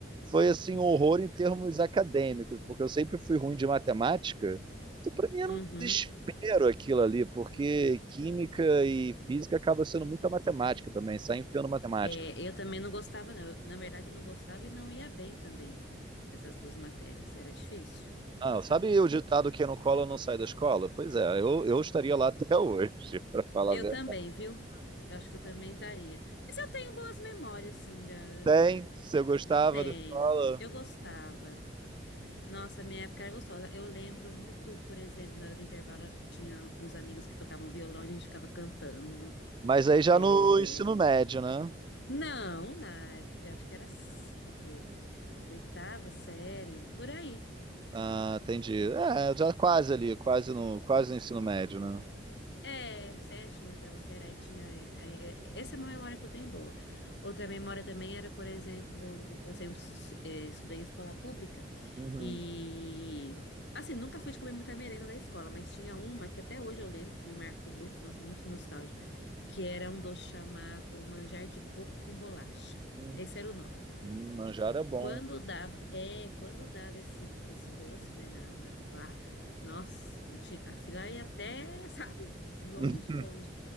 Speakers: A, on the right; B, on the left.
A: foi assim um horror em termos acadêmicos, porque eu sempre fui ruim de matemática. Então, para mim era
B: Uhum.
A: um desespero aquilo ali, porque química e física acaba sendo muita matemática também, sai enfiando matemática.
B: É, eu também não gostava, não. Eu, Na verdade, eu não gostava e não ia bem também nessas duas matérias. Era difícil.
A: Ah, sabe o ditado que não cola não sai da escola? Pois é, eu, eu estaria lá até hoje, <laughs> para falar
B: Eu
A: a verdade.
B: também, viu? Eu acho que eu também estaria. Mas eu tenho boas memórias, assim, da, é,
A: Tem, se eu gostava
B: Tenho.
A: da escola,
B: Eu
A: o que
B: gostava. Nossa, minha época era gostosa. Eu lembro muito, por exemplo, na hora do intervalo, tinha alguns amigos que tocavam violão, a gente ficava cantando.
A: Mas aí já
B: É,
A: no ensino médio, né?
B: Não, na época, eu acho que era s- o quê? Oitava série, por aí.
A: Ah, entendi. É, já quase ali, quase no, quase no ensino médio, né?
B: É, sétima, oitava série, aí tinha. é, é, é, essa é uma memória que eu tenho boa. Outra memória também era, por exemplo, eu sempre estu- eh, estudei em escola pública
A: Uhum.
B: e. Assim, nunca fui de comer muita merenda da escola, mas tinha uma que até hoje eu lembro, que me marcou muito, nossa, muito nostálgico, que era um doce chamado manjar de coco com bolacha.
A: uhum.
B: Esse era o nome.
A: Hum, Manjar é bom.
B: Quando dava, é, quando dava esse, esse doce, né, na, na- lá, nossa, ti- a fila ia até, <laughs> sabe, longe,
A: <laughs>
B: longe.